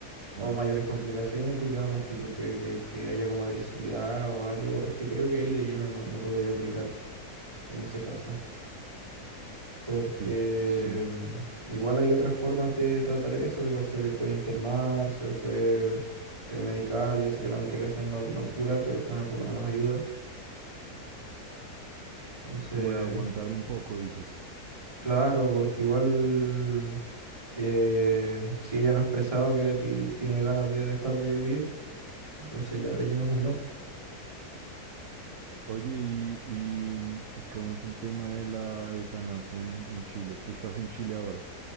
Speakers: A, on the right; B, on the right.
A: Claro,
B: o mayores complicaciones, digamos, tipo que, que- que haya como agresividad o algo, es que creo que ahí de lleno no, no podría aplicar en ese caso, porque
A: sí, sí,
B: mm, igual hay otras formas de tratar eso, igual se le puede internar, se le puede eh, medicar, yo sé que la medicación no, no cura, pero también por lo menos ayuda, entonces,
A: como de aguantar un poco, dices.
B: claro, porque igual... eh, si ella no ha expresado que ti- tiene ganas de dejar de vivir, entonces ya de lleno es un no.
A: Oye, y, y, y cómo es el tema de la eutanasia en, en Chile? Tú estás en Chile ahora.